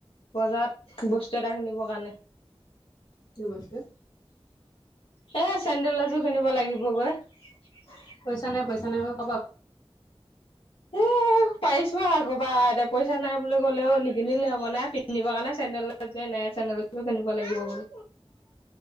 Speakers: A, on the left; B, on the left.
A: বজাৰত বস্তু এটা কিনিব কাৰণে।
B: কি কৈছে?
A: সে চেণ্ডেল এযোৰ কিনিব লাগিবগৈ। <inaudible>
B: পইচা নাই, পইচা নাইক'
A: এ, পাৰিছো আক'বা এটা পইচা নাই বুলি ক'লেও নি কিনিলে হ'ব নাই, পিন্ধিব কাৰণে চেণ্ডেল নে চেণ্ডেল এযোৰ কিনিব লাগিব বুলি।